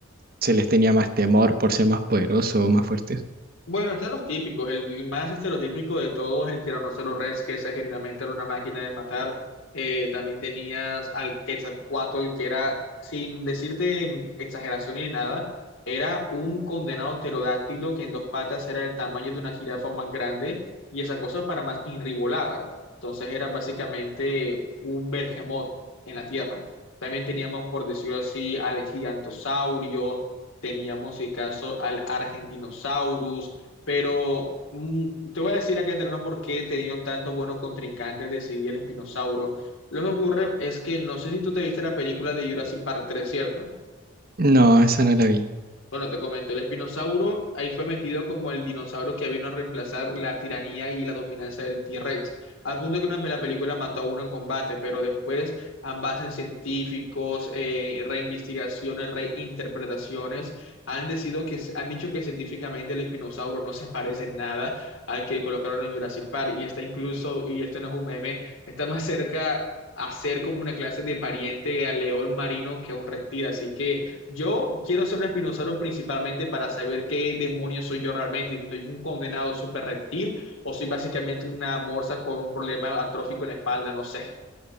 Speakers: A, on the right; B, on the left.
A: se les tenía más temor por ser más poderosos o más fuertes?
B: Bueno, están los típicos. El, el más estereotípico de todos, el Tyrannosaurus Rex, que ese genuinamente era una máquina de matar. Eh, también tenías al Quetzalcóatl, que era, sin decirte exageración ni nada, era un condenado pterodáctilo que en dos patas era el tamaño de una jirafa o más grande, y esa cosa para más inribolaba. Entonces era básicamente un bergemot en la tierra. También teníamos, por decirlo así, al gigantosaurio, teníamos, si caso, al argentinosaurus pero mm, te voy a decir acá entre nos por qué he tenido tantos buenos contrincantes de Civil el Espinosauro. Lo que ocurre es que no sé si tú te viste la película de Jurassic Park 3, ¿cierto?
A: No, esa no la vi.
B: Bueno, te comento, el espinosauro ahí fue metido como el dinosaurio que vino a reemplazar la tiranía y la dominancia del T-Rex, al punto que una la película mató a uno en combate, pero después ambas en científicos, eh, reinvestigaciones, reinterpretaciones, han decidido que, han dicho que científicamente el espinosauro no se parece en nada al que colocaron en Jurassic Park, y está incluso, y esto no es un meme, está más cerca... a ser como una clase de pariente al león marino que a un reptil, así que yo quiero ser un espinosaurio principalmente para saber qué demonio soy yo realmente, si soy un condenado súper reptil o soy básicamente una morsa con un problema atrófico en la espalda, no sé.